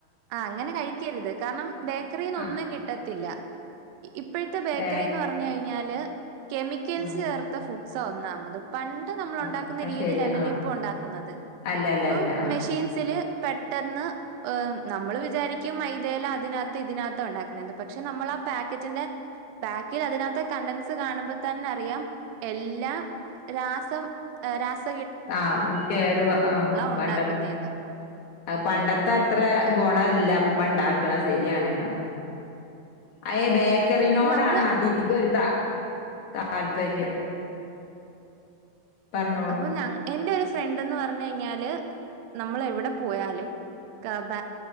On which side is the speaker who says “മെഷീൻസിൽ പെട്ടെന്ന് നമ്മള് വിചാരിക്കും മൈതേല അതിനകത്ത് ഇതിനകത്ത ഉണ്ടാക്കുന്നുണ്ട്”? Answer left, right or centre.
Right